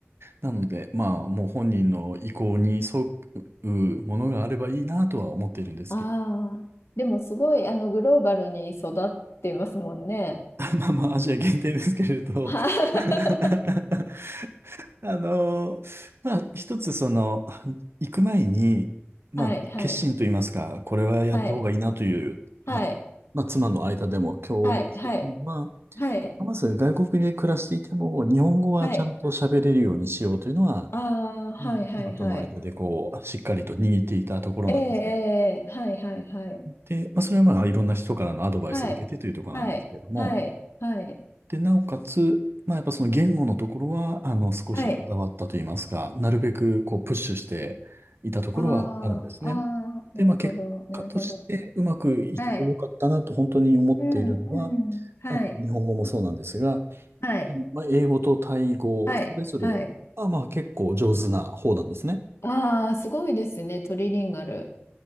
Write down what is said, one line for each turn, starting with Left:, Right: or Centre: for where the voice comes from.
Right: なので、まあ、もう本人の意向に沿うものがあればいいなとは思っているんですけど、
Left: ああ、でもすごいあのグローバルに育ってますもんね。
Right: <laughs> まあまあ、アジア限定ですけれど。
Left: は
Right: <laughs>
Left: <laughs>
Right: あのーまあ、一つその、行く前に、まあ、
Left: はい、はい、
Right: 決心と言いますか、これはやった方がいいなという、
Left: はい、はい、
Right: まあ、まあ、妻の間でも共有していくのは、
Left: はい、はい、はい、
Right: まず外国で暮らしていても、日本語はちゃんと喋れるようにしようというのは、
Left: はい、ああ、はい、
Right: うん妻との間でこう、
Left: はい、はい、
Right: しっかりと握っていたところなんですね。
Left: ええ、ええはい、はい、はい、
Right: で、まあ、それはまあ、いろんな人からのアドバイスを受けてというところなんですけれども、
Left: はい、はい、はい、はい、
Right: で、なおかつ、まあ、やっぱその言語のところは、あの、少しこだわったといいますか、
Left: はい、
Right: なるべく、こう、プッシュしていたところはあるんですね。
Left: ああ、ああ、なるほど、
Right: で、まあ、結果として、
Left: なるほど。
Right: うまくいってよかったなと本当に思っているのは、
Left: はい。うん、うん。はい。
Right: あの、日本語もそうなんですが、
Left: はい。
Right: あのまあ、英語とタイ語、
Left: はい。
Right: それぞれ、
Left: はい。
Right: まあまあ、結構上手な方なんですね。
Left: ああ、すごいですね。トリリンガルっ